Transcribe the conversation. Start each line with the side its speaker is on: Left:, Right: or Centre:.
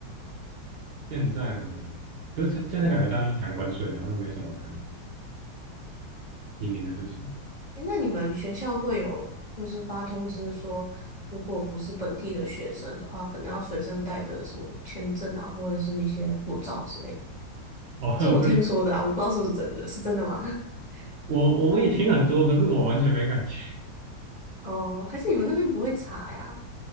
Right: 现在我们，可是现在感觉大家都谈关税，
Left: 对啊，
Right: 然后都没什么谈移民的事情。
Left: 诶，那你们学校会有就是发通知说，如果不是本地的学生的话，可能要随身带着什么签证啊，或者是一些护照之类的。
Right: 哦，
Left: 这我听说的啊，
Right: <laughs>
Left: 我不知道是不是真的，是真的吗？<laughs>
Right: 我我也听很多，可是我完全没感觉。
Left: 哦，还是你们那边不会查呀？